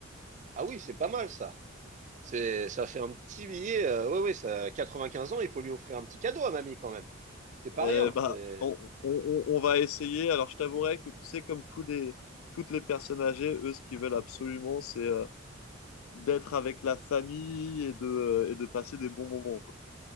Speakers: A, on the right; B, on the left.
A: Ah oui, c'est pas mal ça. C'est, ça fait un petit billet. Euh, oui, oui, ça, 95 ans, il faut lui offrir un petit cadeau à mamie quand même. C'est pas
B: Et
A: rien.
B: bah,
A: c'est-
B: on, on, on- on va essayer. Alors, je t'avouerai que tu sais, comme tous les toutes les personnes âgées, eux, ce qu'ils veulent absolument, c'est euh, d'être avec la famille et de euh, et de passer des bons moments.